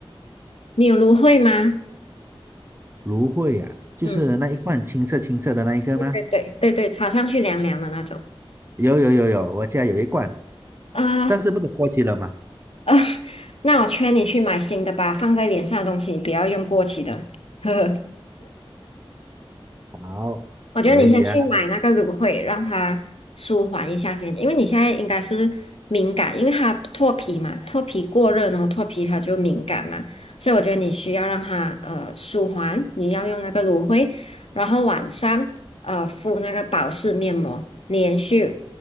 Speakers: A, on the left (about 75°); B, on the right (about 25°).
A: 你有芦荟吗？
B: 芦荟啊，就是那一罐青色青色的那一个吗？
A: 嗯，对对对对对，擦上去凉凉的那种。
B: 有有有有，我家有一罐，
A: 呃
B: 但是不能过期了嘛？
A: 呃，<laughs> 那我劝你去买新的吧，放在脸上的东西你不要用过期的。<laughs> 呵呵。
B: 好，
A: 我觉得你先去买那个芦荟，
B: 可以呀、
A: 让它舒缓一下先，因为你现在应该是敏感，因为它脱皮嘛，脱皮过热，然后脱皮它就敏感嘛，所以我觉得你需要让它呃舒缓，你要用那个芦荟，然后晚上呃敷那个保湿面膜，连续